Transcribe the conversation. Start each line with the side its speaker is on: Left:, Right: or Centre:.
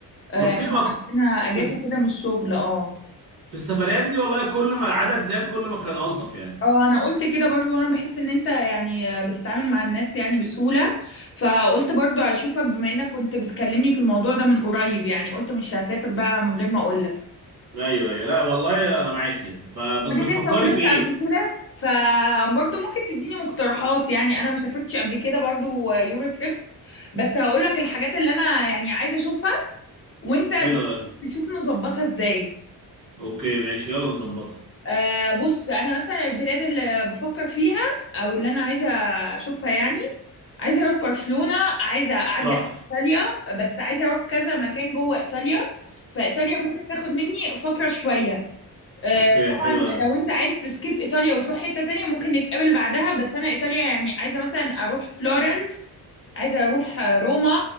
Left: أه
Right: اوكي
Left: احنا
Right: ما
Left: عندنا اجازه
Right: في الس-
Left: كده من الشغل اه
Right: في السفريات دي والله كل ما العدد زاد كل ما كان الطف يعني
Left: اه انا قلت كده برضو انا بحس ان انت يعني آه، بتتعامل مع الناس يعني بسهوله فقلت برضو اشوفك بما انك كنت بتكلمني في الموضوع ده من قريب يعني قلت مش هسافر بقى من غير ما اقول لك
Right: ايوه ايوه لا والله لا انا معاكي فبس
Left: بعدين
Right: بتفكري
Left: انت طلعت
Right: في ايه
Left: قبل كده فبرضه ممكن تديني مقترحات يعني انا ما سافرتش قبل كده برضه يورو تريب بس هقول لك الحاجات اللي انا يعني عايزه اشوفها وانت نشوف
Right: حلو أوي.
Left: نشوف نظبطها ازاي
Right: اوكي ماشي يلا نظبطها
Left: آه بص انا مثلا البلاد اللي بفكر فيها او اللي انا عايزه اشوفها يعني عايزه اروح برشلونه عايزه اعدي
Right: تحفه
Left: على ايطاليا بس عايزه اروح كذا مكان جوه ايطاليا فايطاليا ممكن تاخد مني فتره شويه آه،
Right: اوكي
Left: طبعا
Right: حلو أوي.
Left: لو انت عايز تسكيب ايطاليا وتروح حتة تانية ممكن نتقابل بعدها بس انا ايطاليا يعني عايزة مثلا اروح فلورنس عايزة اروح آه، روما